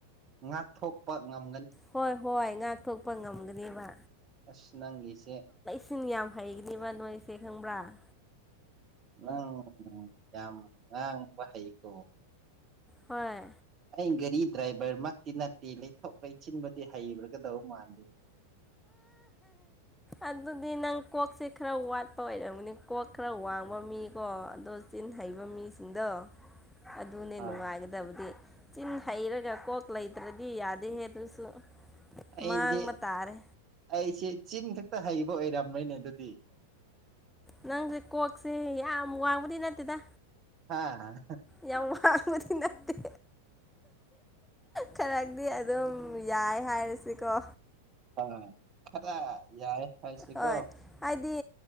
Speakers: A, on the right; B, in the centre.
A: ꯉꯥꯛꯊꯣꯛꯄ ꯉꯝ
B: ꯍꯣꯏ ꯍꯣꯏ ꯉꯥꯛꯊꯣꯛꯄ ꯉꯝꯒꯅꯦꯕ
A: ꯑꯁ ꯅꯪꯒꯤꯁꯦ
B: ꯁꯤꯟ ꯌꯥꯝ ꯍꯩꯒꯅꯦꯕ ꯅꯣꯏꯁꯦ ꯈꯪꯕ꯭ꯔꯥ
A: ꯅꯪ ꯌꯥꯝ ꯉꯥꯡꯕ ꯍꯩꯀꯣ
B: ꯍꯣꯏ
A: ꯑꯩ ꯒꯥꯔꯤ ꯗ꯭ꯔꯥꯏꯚꯔ ꯃꯛꯇꯤ ꯅꯠꯇꯦ ꯂꯩꯊꯣꯛ ꯂꯩꯁꯤꯟꯕꯨꯗꯤ ꯍꯩꯒꯗꯧꯕ ꯃꯥꯜꯗꯦ <unintelligible>
B: ꯑꯗꯨꯗꯤ ꯅꯪ ꯀꯣꯛꯁꯦ ꯈꯔ ꯋꯥꯠꯄ ꯑꯣꯏꯔꯝꯒꯅꯤ ꯀꯣꯛ ꯈꯔ ꯋꯥꯡꯕ ꯃꯤꯀꯣ ꯑꯗꯣ ꯆꯤꯟꯍꯩ ꯍꯩꯕꯕ ꯃꯤꯁꯤꯡꯗ ꯑꯗꯨꯅꯦ
A: ꯍꯣꯏ
B: ꯅꯨꯡꯉꯥꯏꯒꯗꯕꯗꯤ ꯆꯤꯟ ꯍꯩꯔꯒ ꯀꯣꯛ ꯂꯩꯇ꯭ꯔꯗꯤ ꯌꯥꯗꯦꯍꯦ ꯑꯗꯨꯁꯨ
A: ꯑꯩꯖꯦ
B: ꯃꯥꯡꯕ ꯇꯥꯔꯦ
A: ꯑꯩꯁꯦ ꯆꯤꯟ ꯈꯛꯇ ꯍꯩꯕ ꯑꯣꯏꯔꯝꯃꯦꯅꯦ ꯑꯗꯨ
B: ꯅꯪꯁꯦ ꯀꯣꯛꯁꯦ ꯌꯥꯝ ꯋꯥꯡꯕꯗꯤ ꯅꯠꯇꯦꯗ
A: ꯍꯥꯉ
B: ꯌꯥꯝ ꯋꯥꯡꯕꯗꯤ ꯅꯠꯇꯦ ꯈꯔꯗꯤ ꯑꯗꯨꯝ ꯌꯥꯏ ꯍꯥꯏꯔꯁꯤꯀꯣ
A: ꯑꯥ ꯈꯔ ꯌꯥꯏ ꯍꯥꯏꯁꯤꯀꯣ
B: ꯍꯣꯏ ꯍꯥꯏꯗꯤ